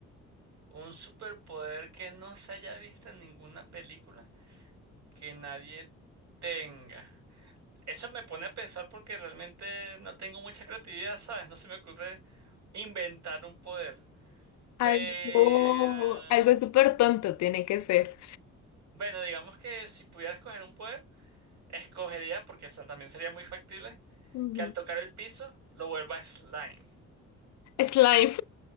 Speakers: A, on the right (about 65°); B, on the left (about 65°).
A: Un superpoder que no se haya visto en ninguna película que nadie tenga. Eso me pone a pensar porque realmente no tengo mucha creatividad, ¿sabes? No se me ocurre inventar un poder.
B: Algo,
A: Pero
B: algo súper tonto tiene que ser.
A: bueno, digamos que si pudiera escoger un poder, escogería, porque eso también sería muy factible,
B: Ujú.
A: que al tocar el piso lo vuelva slime.
B: Slime.